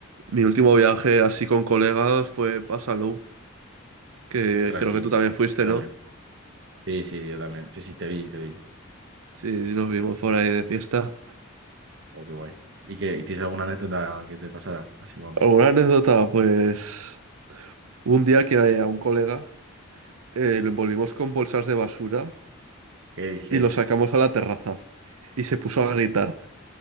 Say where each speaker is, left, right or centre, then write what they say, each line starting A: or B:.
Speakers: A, on the right; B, on the right.
A: mi último viaje así con colegas fue para Salou, que
B: Ostras,
A: creo
B: sí,
A: que tú
B: mítico,
A: también fuiste,
B: yo también.
A: ¿no?
B: Sí, sí, yo también. Sí, sí, te vi, te vi.
A: Sí, sí, nos vimos por ahí de fiesta.
B: Oh, qué guay. ¿Y que tienes alguna anécdota que te pasara así guapa?
A: ¿Alguna anécdota? Pues hubo un día que eh, a un colega eh, lo envolvimos con bolsas de basura
B: ¿Qué dices?
A: y lo sacamos a la terraza y se puso a gritar.